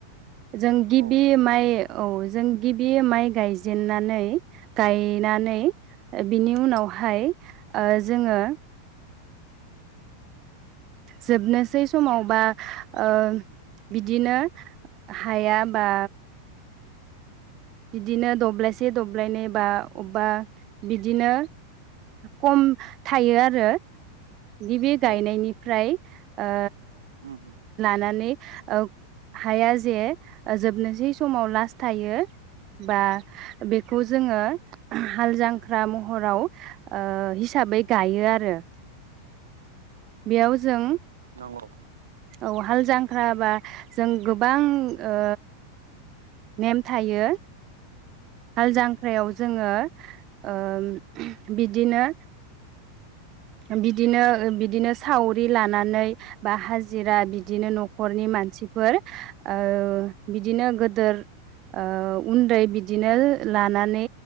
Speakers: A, on the right; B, on the right.
A: जों गिबि
B: औ
A: माइ औ जों गिबि माइ गायजेननानै गायनानै बिनि उनावहाय ओ जोङो जोबनोसै समाव बा ओ बिदिनो हाया बा बिदिनो दब्लायसे दब्लायनै बा अबेबा बिदिनो खम थायो आरो। गिबि गायनायनिफ्राय
B: औ
A: ओ
B: उम उम
A: लानानै ओ हाया जे जोबनोसै समाव लास्ट थायो। बा बेखौ जोङो हाल जांख्रा महराव ओ हिसाबै गायो आरो। बेयाव जों
B: नंगौ
A: औ हालजां फ्राबा जों गोबां ओ नेम थायो। हाल जांख्रायाव जोङो ओ बिदिनो बिदिनो बिदिनो सावरि लानानै बा हाजिरा बिदिनो नखरनि मानसिफोर ओ बिदिनो गोदोर ओ उन्दै बिदिनो लानानै